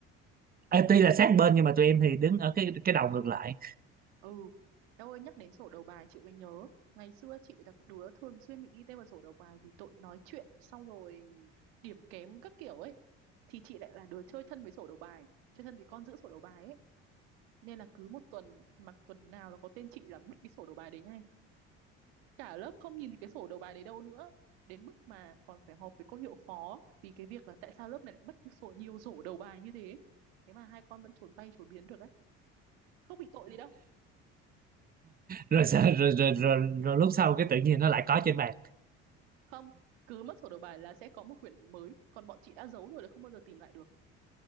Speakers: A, on the right; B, on the right.
A: Ê, tuy là sát bên nhưng mà tụi em thì đứng ở cái cái đầu ngược lại
B: ừ em ơi nhắc đến sổ đầu bài chị mới nhớ ngày xưa chị là cái đứa thường xuyên bị ghi tên vào sổ đầu bài vì tội nói chuyện xong rồi điểm kém các kiểu ấy thì chị lại là đứa chơi thân với sổ đầu bài chơi thân với con giữ sổ đầu bài ấy nên là cứ một tuần mà tuần nào nó có tên chị là mất cái sổ đầu bài đấy ngay cả lớp không nhìn thấy cái sổ đầu bài đấy đâu nữa đến mức mà còn phải họp với cô hiệu phó vì cái việc là tại sao lớp này lại mất sổ nhiều sổ đầu bài như thế thế mà hai con vẫn trốn bay trốn biến được đấy không bị tội gì đâu
A: rồi, sợ- rồi, rồi, rồi, rồi lúc sau cái tự nhiên nó lại có trên bàn
B: không cứ mất sổ đầu bài là sẽ có một quyển mới còn bọn chị đã giấu rồi là không bao giờ tìm lại được